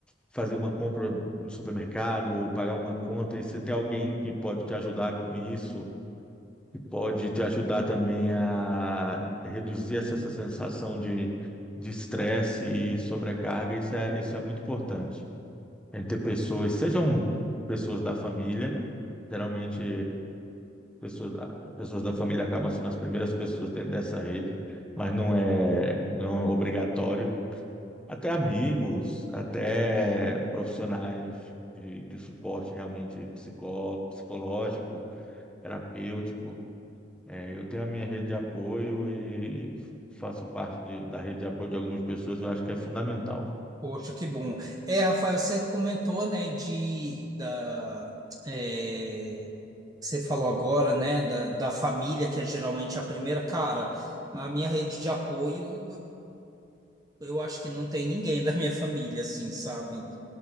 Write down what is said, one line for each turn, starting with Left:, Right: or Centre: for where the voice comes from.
Centre: fazer uma compra no supermercado ou pagar uma conta, e se tem alguém que pode te ajudar com isso, que pode te ajudar também a reduzir essa, essa sensação de de estresse e sobrecarga, isso é, isso é muito importante. A gente ter pessoas, sejam pessoas da família, geralmente pessoas, pessoas da família acabam sendo as primeiras pessoas dentro dessa rede, mas não é, não é obrigatório. Até amigos, até profissionais de, de suporte realmente psicó, psicológico, terapêutico. É, eu tenho a minha rede de apoio e faço parte de- da rede de apoio de algumas pessoas, eu acho que é fundamental.
Right: Poxa, que bom. É, Rafael, você comentou, né, de, da, é, você falou agora, né, da, da família, que é geralmente a primeira. Cara, a minha rede de apoio, eu acho que não tem ninguém da minha família, assim, sabe?